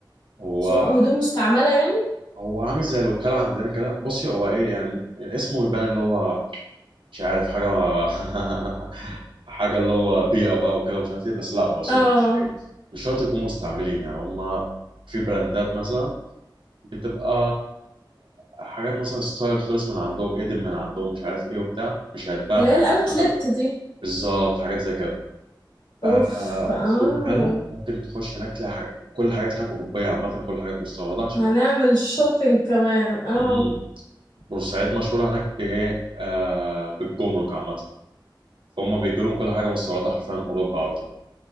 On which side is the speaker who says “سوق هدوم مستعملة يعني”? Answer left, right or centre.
Left